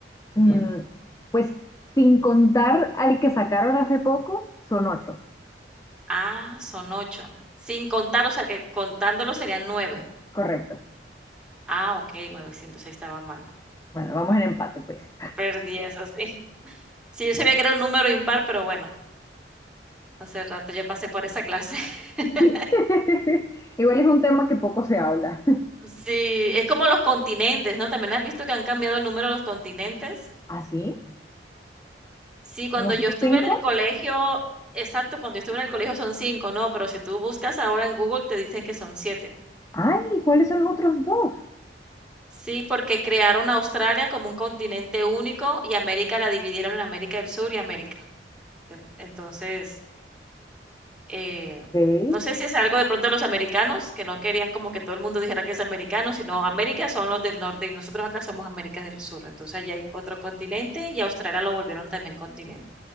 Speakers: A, on the left (about 20°); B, in the centre.
A: Mm,
B: bien.
A: pues sin contar al que sacaron hace poco, son ocho.
B: Ah, son ocho, Sin contar, o sea, que contándolo serían 9.
A: Correcto.
B: Ah, okey, ahí estaba mal.
A: Bueno, vamos
B: Bueno,
A: en empate, pues.
B: perdí eso, sí. Sí, yo sabía que era un número impar, pero bueno, hace rato ya pasé por esa clase. <laughs>
A: <laughs> Igual es un tema que poco se habla. <laughs>
B: Sí, es como los continentes, ¿no? ¿También has visto que han cambiado el número de los continentes?
A: ¿Ah, sí?
B: Sí, cuando
A: ¿No son
B: yo estuve
A: cinco?
B: en el colegio exacto, cuando yo estuve en el colegio son 5, ¿no? Pero si tú buscas ahora en Google te dicen que son 7.
A: Ay, ¿cuáles son los otros dos?
B: Sí, porque crearon Australia como un continente único y América la dividieron en América del Sur y América del entonces Eh,
A: Sí.
B: no sé si es algo de pronto de los americanos, que no querían como que todo el mundo dijera que es americano, sino América son los del norte y nosotros acá somos América del Sur. Entonces allá hay otro continente y Australia lo volvieron también continente.